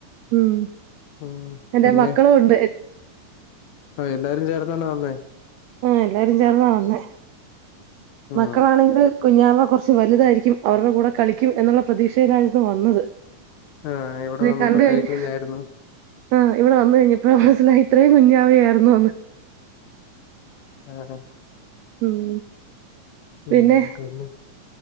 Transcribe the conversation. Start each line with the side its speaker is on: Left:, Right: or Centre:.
Right: ഉം
Left: ഉം
Right: എൻ്റെ
Left: പിന്നെ
Right: മക്കളും ഉണ്ട്
Left: ആ എല്ലാരും ചേർന്നാണോ വന്നേ
Right: ആ എല്ലാരും ചേർന്നാ വന്നേ
Left: ഉം
Right: മക്കളാണെങ്കിൽ കുഞ്ഞാവ കൊറച്ച് വലുതായിരിക്കും അവരുടെ കൂടെ കളിക്കും എന്നുള്ള പ്രതീക്ഷയിലായിരുന്നു വന്നത്
Left: ആഹ് ഇവിടെ
Right: <unintelligible>
Left: വന്നപ്പോ
Right: കണ്ട് കഴിഞ്ഞ്
Left: കൈക്കുഞ്ഞായിരുന്നു
Right: ആഹ് ഇവിടെ വന്ന് കഴിഞ്ഞപ്പാ ഇത്രേം കുഞ്ഞാവയായിരുന്നോന്ന്
Left: ആഹ്
Right: ഉം
Left: ഉം
Right: പിന്നെ
Left: തന്നെ